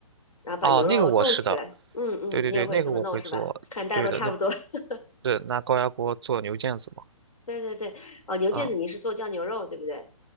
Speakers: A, on the left; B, on the right.
A: 然后把牛肉冻起来。
B: 哦，那个我是的，
A: 嗯嗯，
B: 对对对，
A: 你也会这么弄是吧？
B: 那个我会做，
A: 看大家都差不多。
B: 对的，那
A: <laughs>
B: 是拿高压锅做牛腱子嘛，
A: 对对对，哦，牛腱子你是做酱牛肉对不对？
B: 啊、